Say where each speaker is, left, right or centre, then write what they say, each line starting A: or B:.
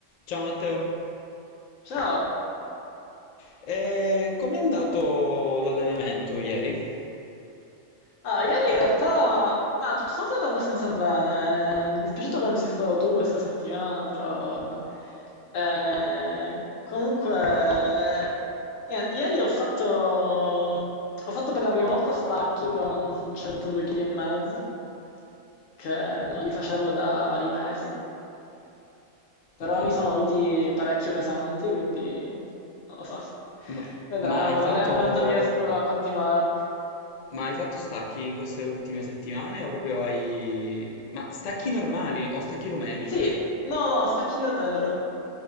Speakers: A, on the left; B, on the left.
A: Ciao Matteo,
B: Ciao!
A: e com'è andato l'allenamento ieri?
B: Ah, ieri in realtà, ma tutto sommato è andato abbastanza bene. Mi dispiace che non sei stato tu questa settimana, però vabbè. Eh, comunque, eh, ieri ho fatto, ho fatto per la prima volta stacchi con 102 kg e mezzo, che non li facevo da vari mesi, però
A: Ok,
B: mi sono venuti parecchio pesanti, quindi non lo so.
A: ma,
B: Vedremo,
A: ma hai fatto,
B: vedremo quanto riesco a continuare.
A: ma hai fatto stacchi in queste ultime settimane o proprio hai... Ma stacchi normali o stacchi rumeni?
B: Sì, no, no, stacchi da terra.